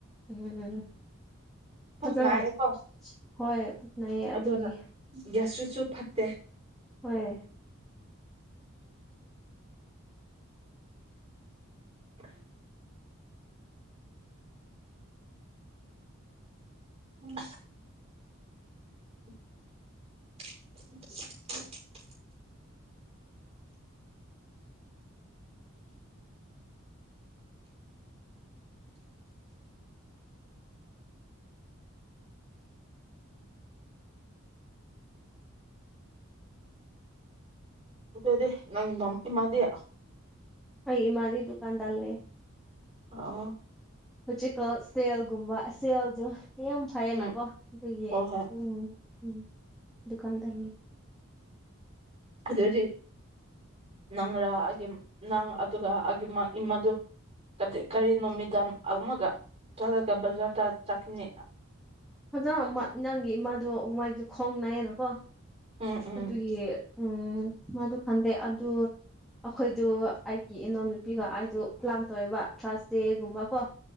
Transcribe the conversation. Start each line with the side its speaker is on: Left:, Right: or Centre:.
Centre: ꯎꯝ ꯎ
Right: ꯄꯨꯛ
Centre: ꯐꯖꯅ
Right: ꯅꯥꯏꯌꯦꯀꯣ
Centre: ꯍꯣꯏ ꯄꯨꯨꯞꯅꯩꯌꯦ
Right: ꯑꯗꯨ
Centre: ꯑꯗꯨꯒꯤ
Right: ꯒ꯭ꯌꯥꯁꯇ꯭ꯔꯤꯛꯁꯨ ꯐꯠꯇꯦ
Centre: ꯍꯣꯏ
Right: <inaudible> <unintelligible> <inaudible> ꯎꯝ <inaudible> <inaudible> <unintelligible> ꯑꯗꯗꯦ ꯅꯪ ꯃꯃꯃꯗꯌꯥ
Centre: ꯑꯩ ꯃꯥꯒꯤ ꯗꯨꯀꯥꯟꯗꯥꯔ ꯂꯩ
Right: ꯑ
Centre: ꯍꯧꯖꯤꯛꯀꯣ ꯁꯦꯜꯒꯨꯝꯕ ꯁꯦꯜꯁꯨ ꯌꯥꯝ ꯐꯩꯌꯦꯅꯀꯣ
Right: ꯎꯝ
Centre: ꯑꯗꯨꯒꯤ
Right: ꯍꯣꯏ ꯍꯣꯏ
Centre: ꯎꯝ ꯎꯝ ꯗꯨꯀꯥꯟꯗꯔꯅ
Right: ꯑꯗꯨꯗꯤ ꯅꯪꯔꯥ ꯑꯩꯒꯤ ꯅꯪ ꯑꯗꯨꯒ ꯑꯩꯒꯤ ꯏꯃꯗꯨ ꯀꯔꯤ ꯅꯨꯃꯤꯗꯥꯡ ꯑꯃꯒ ꯆꯠꯂꯒ ꯕꯖꯥꯔꯗ ꯆꯠꯈꯤꯅꯤ
Centre: ꯐꯖꯅ ꯅꯪꯒꯤ ꯏꯃꯥꯗꯣ ꯃꯥꯒꯤ ꯈꯣꯡ ꯅꯥꯏꯌꯦꯅꯀꯣ
Right: ꯎꯝ ꯎꯝ
Centre: ꯑꯗꯨꯒꯤ ꯎꯝ ꯃꯗꯨ ꯈꯟꯗꯦ ꯑꯗꯨ ꯑꯩꯈꯣꯏꯗꯨ ꯑꯩꯒꯤ ꯏꯅꯎ ꯅꯨꯨꯄꯤꯒ ꯑꯩꯗꯨ ꯄ꯭ꯂꯥꯟ ꯇꯧꯋꯦꯕ ꯊꯔꯁ ꯗꯦꯒꯨꯝꯕ ꯀꯣ